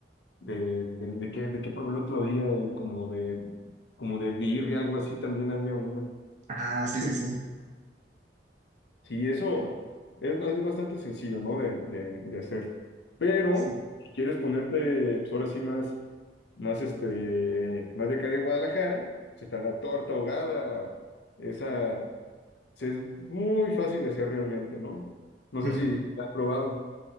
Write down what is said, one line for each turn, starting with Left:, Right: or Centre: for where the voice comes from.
Left: de, de, de qué, de qué probé el otro día, eh, como de, como de birria, algo así también había una.
Right: Ah, sí,
Left: Sí.
Right: sí, sí.
Left: Sí, eso es, ba- es bastante sencillo, ¿no? De, de, de hacer. Pero
Right: Sí,
Left: si quieres ponerte, pues ahora sí más, más este, más de acá de Guadalajara, se está la torta ahogada. Esa se- es muy fácil de hacer realmente, ¿no? No sé
Right: Ujú.
Left: si la has probado.